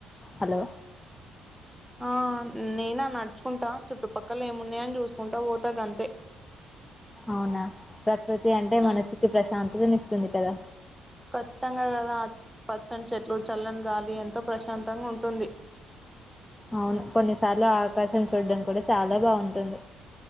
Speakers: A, on the left; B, in the centre.
A: హలో
B: ఆ నేన్నా నడ్చుకుంటా చుట్టుపక్కల ఏమున్నాయని చూసుకుంటా పోతా గంతే
A: అవునా ప్రక్ ప్రతి అంటే
B: ఉమ్,
A: మనసుకి ప్రశాంతనిస్త్ స్తుంది కదా
B: ఖచ్చితంగా గదా అచ్ పచ్చని చెట్లు చల్లని గాలి ఎంతో ప్రశాంతంగా ఉంటుంది.
A: అవును కొన్నిసార్లు ఆకాశం చూడడం కూడా చాలా బాగుంటుంది.